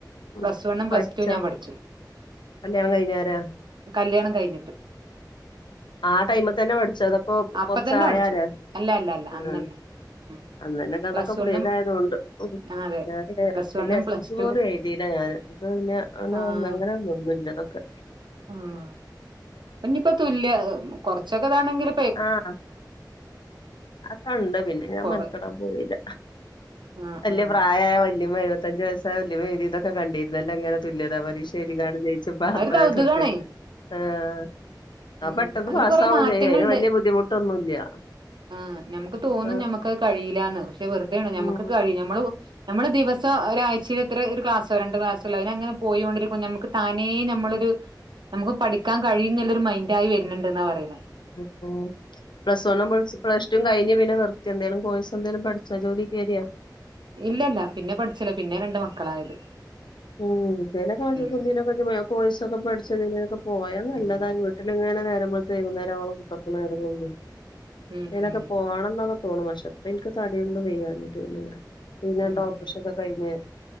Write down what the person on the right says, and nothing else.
പ്ലസ് വണ്ണും പ്ലസ്
ടും ഞാൻ പഠിച്ചു.
കല്യാണം കയ്ഞ്ഞിട്ട്.
അപ്പ
തന്നെ
പഠിച്ചു അല്ല അല്ല അല്ല
അന്നന്നെ ഉം
പ്ലസ്
വണ്ണും
ആഹ് അതെ
പ്ലസ്
വണ്ണും
plus
two
ആഹ്
ആഹ് പിന്നപ്പോ തുല്യ കുറച്ചൊക്കെതാണെങ്കില്
കൊറേ
ആഹ്
ആഹ്
അതൊരു കൗതുകാണേ
ഉം
അതില്
കൊറെ മാറ്റങ്ങള്ണ്ട്
ആഹ് ഞമ്മക്ക് തോന്നും
ഞമ്മക്കത് കഴീലാന്ന് പക്ഷെ വെറ്തേണ് ഞമ്മക്ക്
കഴിയും ഞമ്മള് നമ്മള് ദിവസ ഒരാഴ്ചയിലെത്ര ഒരു ക്ലാസ്സോ രണ്ട് ക്ലാസ്സോല്ലേ അയ്നങ്ങനെ പോയോണ്ടിരിക്കും ഞമ്മക്ക് താനേ ഞമ്മളൊരു നമ്മക്ക് പഠിക്കാൻ കഴിയുന്ന്ല്ലൊര് മൈൻഡായി വര്ന്ണ്ട്ന്നാ പറിണെ
ഇല്ലല്ല പിന്നെ പഠിച്ചില പിന്നെ രണ്ട് മക്കളായത്
ഉം
ഉം
ഉം
ഉം
ഉം
ഉം